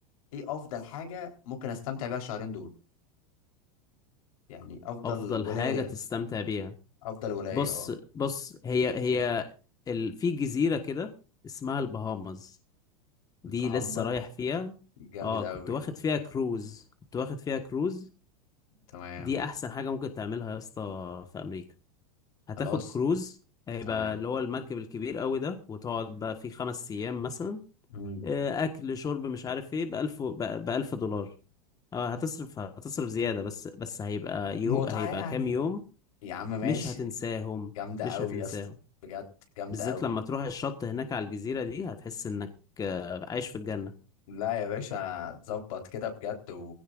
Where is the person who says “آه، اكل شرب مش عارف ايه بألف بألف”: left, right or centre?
Left